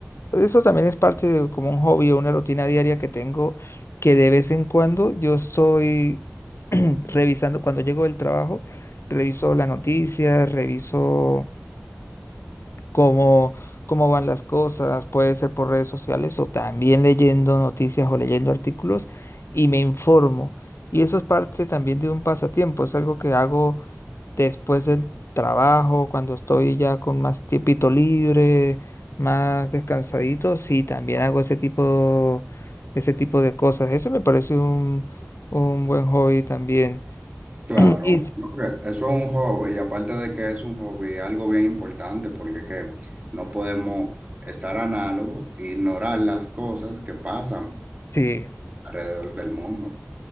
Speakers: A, on the left (about 65°); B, on the right (about 30°).
A: eso también es parte de como un hobby o una rutina diaria que tengo, que de vez en cuando yo estoy <clears throat> revisando, cuando llego del trabajo, reviso las noticias, reviso cómo, cómo van las cosas, puede ser por redes sociales o también leyendo noticias o leyendo artículos y me informo. Y eso es parte también de un pasatiempo, es algo que hago después del trabajo, cuando estoy ya con más tiempito libre, más descansadito, sí, también hago ese tipo, ese tipo de cosas. Ese me parece un, un buen hobby también.
B: Claro,
A: <clears throat> Y
B: no, que eso es un hobby y aparte de que es un hobby, algo bien importante porque que no podemos estar análogo e ignorar las cosas que pasan
A: sí.
B: alrededor del mundo.